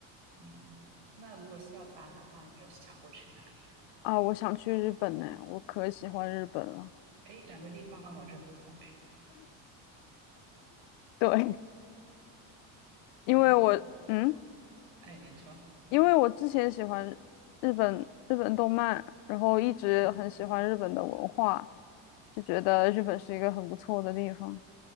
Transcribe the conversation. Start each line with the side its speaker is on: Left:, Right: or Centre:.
Right: 嗯，那如果是要搬的话，你有想过去哪里？
Left: 啊。我想去日本呢，我可喜欢日本了。
Right: 哦，哎，两个地方完全不同哎。
Left: 对，因为我嗯，
Right: 你，哎，你说，
Left: 因为我之前喜欢日本日本动漫，然后一直很喜欢日本的文化，
Right: 嗯，
Left: 就觉得日本是一个很不错的地方。